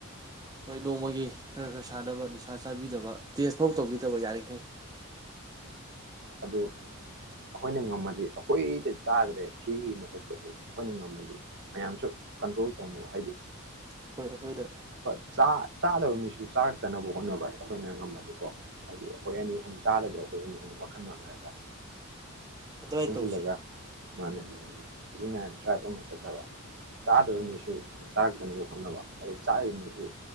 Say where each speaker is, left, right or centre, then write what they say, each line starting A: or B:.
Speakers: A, on the right; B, on the right.
A: ꯍꯣꯏ ꯅꯣꯡꯃꯒꯤ ꯈ꯭ꯔ ꯈ꯭ꯔ ꯁꯥꯟꯅꯕ ꯅꯤꯁꯥ ꯆꯕꯤꯗꯕ ꯇꯦꯁ ꯐꯧ ꯇꯧꯕꯤꯗꯕ ꯌꯔꯤꯈꯩ
B: ꯑꯗꯨ ꯑꯩꯈꯣꯢꯅ ꯉꯝꯃꯗꯤ ꯑꯩꯈꯣꯏꯅ ꯆꯔꯤꯁꯦ ꯁꯤꯒꯤ ꯃꯊꯛꯇꯥ ꯑꯩꯈꯣꯏꯗ ꯉꯝꯃꯗꯤ ꯃꯌꯥꯝꯁꯨ ꯀꯟꯇꯔꯣꯜ ꯇꯧꯅꯧ ꯍꯥꯏꯗꯤ
A: ꯑꯩꯈꯣꯏ ꯑꯩꯈꯣꯏꯗ
B: ꯆꯥ-ꯆꯥꯗꯕ ꯃꯤꯁꯨ ꯆꯔꯛꯇꯅꯕ ꯍꯣꯠꯅꯕꯥ ꯑꯩꯈꯣꯢꯅ ꯉꯝꯃꯗꯤ ꯀꯣ ꯍꯥꯢꯗꯤ ꯑꯩꯈꯣꯢ ꯑꯅꯤ-ꯑꯍꯨꯝ ꯆꯗꯕꯗꯥ ꯋꯥꯈꯜ ꯃꯟꯅꯔꯥꯗꯔ꯭
A: ꯑꯗꯨꯃꯥꯏꯅ
B: ꯄꯨꯟꯖꯤꯟꯂꯒ
A: ꯇꯧꯁꯤ
B: ꯃꯅꯦ ꯍꯨꯖꯤꯛꯅꯦ ꯗꯔ꯭ꯥꯕ ꯑꯃ ꯆꯠꯇꯕ ꯇꯗꯕ ꯃꯤꯂꯨ ꯆꯥꯔꯛꯇꯅꯕ ꯍꯣꯠꯅꯕ ꯆꯥꯔꯤꯕ ꯃꯤꯁꯨ